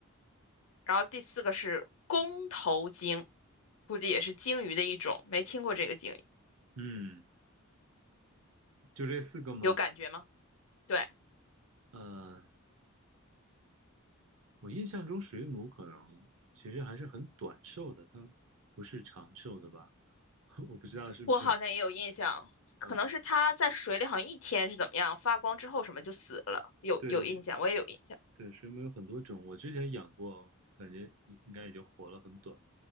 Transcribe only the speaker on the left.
然后第四个是弓头鲸，估计也是鲸鱼的一种，没听过这个鲸鱼，
有感觉吗？对，
我好像也有印象，可能是它在水里好像一天是怎么样，
发光之后什么就死了，有有印象，
我也有印象。